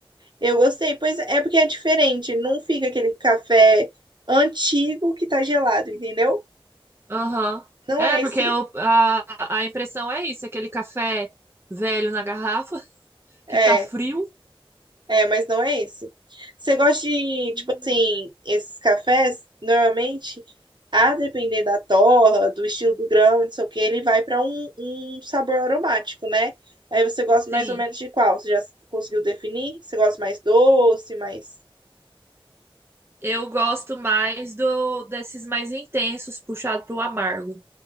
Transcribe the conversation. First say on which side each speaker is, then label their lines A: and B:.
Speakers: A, on the right; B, on the right.
A: eu gostei. Pois é, é porque é diferente. Não fica aquele café antigo que tá gelado, entendeu?
B: Aham.
A: Não
B: É,
A: é
B: porque
A: esse,
B: eu- a, a impressão é isso, aquele café velho na garrafa, <laughs>
A: É,
B: que tá frio.
A: é, mas não é esse. Você gosta de,
B: Uhum.
A: tipo assim, esses cafés, normalmente, a depender da torra, do estilo do grão, não sei o que, ele vai para um, um sabor aromático, né? Aí você gosta
B: Sim.
A: mais ou menos de qual? Você já conseguiu definir? Você gosta mais doce, mais.
B: Eu gosto mais do desses mais intensos, puxado pro amargo.